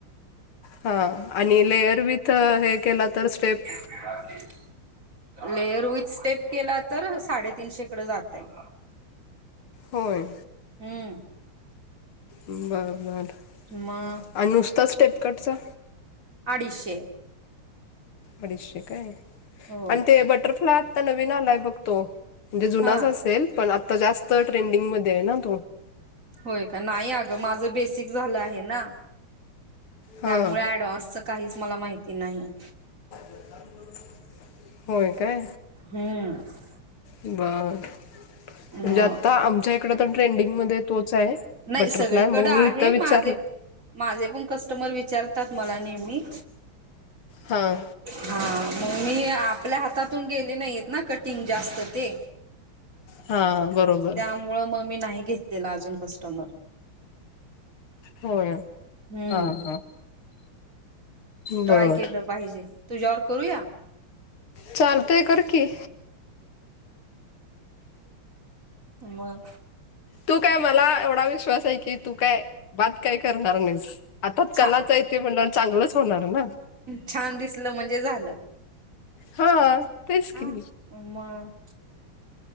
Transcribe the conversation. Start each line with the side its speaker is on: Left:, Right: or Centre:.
Left: हा आणि लेयर विथ हे केला तर स्टेप?
Right: ह <unintelligible> लेयर विथ स्टेप केला तर साडेतीनशे कडे जातयं.
Left: होय,
Right: हम्म,
Left: बरं बरं.
Right: मग
Left: आणि नुसता स्टेप कटचा
Right: अडीचशे.
Left: अडीशे काय
Right: हो
Left: आणि ते बटरफ्लाय आत्ता नवीन आलायं बघ तो. म्हणजे जुनाचं
Right: हा
Left: असेल पण आता जास्त ट्रेंडिंग मध्ये आहेना तो.
Right: होय का नाही अग माझं बेसिक झालं आहे ना
Left: हां
Right: त्यामुळे ॲडव्हान्स काहीचं मला माहिती नाही.
Left: <unintelligible> होय काय
Right: हम्म
Left: बरं. म्हणजे
Right: मग
Left: आता आमच्या इकडे तर ट्रेंडिंगमध्ये तोच आहे.
Right: नाही
Left: बटरफ्लाय
Right: सगळीकडे
Left: मग
Right: आहे
Left: मी इथं विचारलं
Right: माझे माझे पण कस्टमर विचारतात. मला नेहमी,
Left: हां,
Right: हा मग मी आपल्या हातातून गेली नाही ना कटिंग जास्त ते
Left: हा. बरोबर
Right: त्यामुळं मग मी नाही घेतलेलं अजून कस्टमर.
Left: होय,
Right: हम्म
Left: हा, हा.
Right: ट्राय
Left: बर
Right: केलं पाहिजे, तुझ्यावर करूया?
Left: चालतयं कर कि.
Right: मग.
Left: तू काय मला एवढा विश्वास आहे कि तू काय बात काय करणार नाहीसं. हातात कलाचं
Right: छान
Left: ते म्हणलं तर चांगलंच होणार ना.
Right: छान दिसलं म्हणजे झालं.
Left: हा. तेच की
Right: हा मग